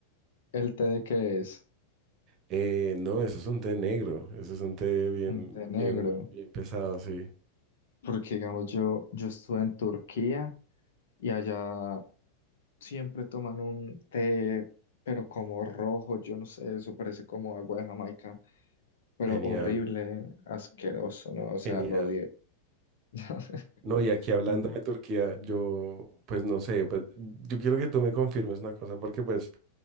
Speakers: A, on the left; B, on the right.
A: el té de qué es
B: Eh, no, eso es un té negro, eso es un té bien,
A: un té
B: bien,
A: negro,
B: bien pesado, sí.
A: porque digamos yo, yo estuve en Turquía y allá siempre toman un té, pero como rojo, yo no sé, eso parece como agua de Jamaica, pero
B: Genial,
A: horrible, asqueroso, ¿no? O sea,
B: genial.
A: lo odié. <laughs>
B: No, y aquí hablando
A: Mm,
B: de Turquía, yo, pues no sé, pues yo quiero que tú me confirmes una cosa, porque pues